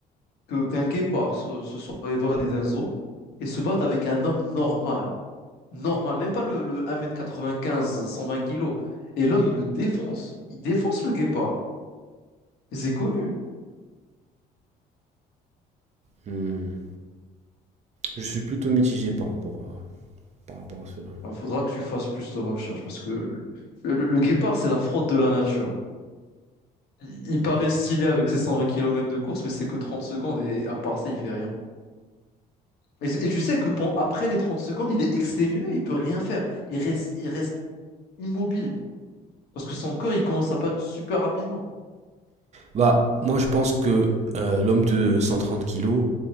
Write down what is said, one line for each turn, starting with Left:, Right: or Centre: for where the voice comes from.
Left: que qu'un guépard se, se soit évadé d'un zoo et se batte avec un homme normal, normal, même pas le, le un mètre quatre-vingt-quinze, cent vingt kilos. Et l'homme, il le défonce, il défonce le guépard. C'est connu.
Right: Hmm. Je suis plutôt mitigé par rapport à, par rapport à cela.
Left: Il faudra que tu fasses plus de recherches parce que le, le- le guépard, c'est la fraude de la nature. Il, il paraît stylé avec ses 120 km de course, mais c'est que 30 secondes et à part ça, il fait rien. Et, c- et tu sais que pen- après les 30 secondes, il est exténué, il peut rien faire. Il reste, il reste immobile parce que son corps, il commence à battre super rapidement.
Right: Bah, moi, je pense que euh, l'homme de 130 kilos,